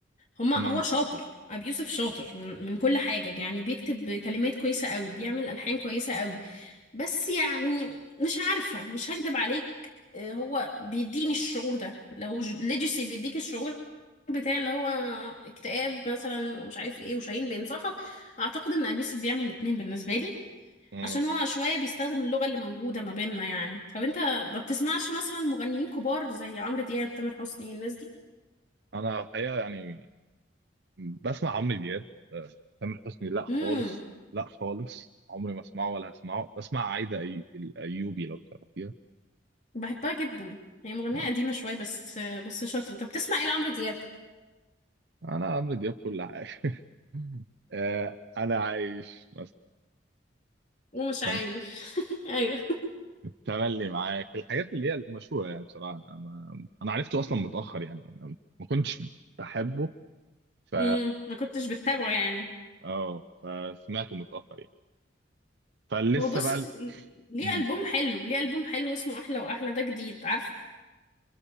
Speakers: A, on the left; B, on the right.
A: هما
B: مم.
A: هو شاطر ابي يوسف شاطر من, من كل حاجه يعني بيكتب كلمات كويسه قوي بيعمل الحان كويسه قوي بس يعني مش عارفه مش هكدب عليك آه، هو بيديني الشعور ده لو ليجسي بيديك الشعور بتاع اللي هو اكتئاب مثلا ومش عارف ايه وشاهين بينصحك اعتقد ان ابي يوسف بيعمل الاتنين بالنسبه لي
B: مم.
A: عشان هو شويه بيستخدم اللغه اللي موجوده ما بيننا يعني طب انت ما بتسمعش مثلا مغنيين كبار زي عمرو دياب تامر حسني الناس دي
B: انا الحقيقه يعني بسمع عمرو دياب آه، تامر حسني لا خالص
A: امم
B: لا خالص عمري ما اسمعه ولا هسمعه بسمع عايده أي... الايوبي لو تعرفيها
A: بحبها جدا هي مغنيه
B: آه.
A: قديمه شويه بس بس شاطره طب بتسمع ايه لعمرو دياب
B: انا عمرو دياب كل حاجه <laughs> آه، انا عايش
A: ومش عايش
B: مثلا
A: <laughs> ايوه
B: تملي معاك الحاجات اللي هي المشهوره يعني بصراحه انا ما... انا عرفته اصلا متاخر يعني يعني انا ما كنتش بحبه ف
A: امم ما كنتش بتابعه يعني
B: اه فسمعته متاخر يعني فلسه
A: هو بص
B: بقى ال-
A: ليه
B: مم.
A: ألبوم حلو ليه ألبوم حلو اسمه أحلى وأحلى ده جديد عارفه